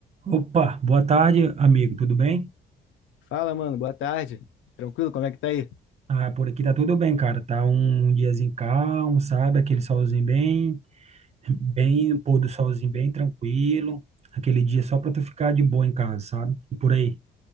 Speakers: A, on the right; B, on the left.
A: Opa, boa tarde, amigo, tudo bem?
B: Fala, mano, boa tarde. Tranquilo, como é que tá aí?
A: Ah, por aqui tá tudo bem, cara. Tá um, um diazinho calmo, sabe? Aquele solzinho bem, bem, pôr do solzinho bem tranquilo. Aquele dia só pra tu ficar de boa em casa, sabe? E por aí.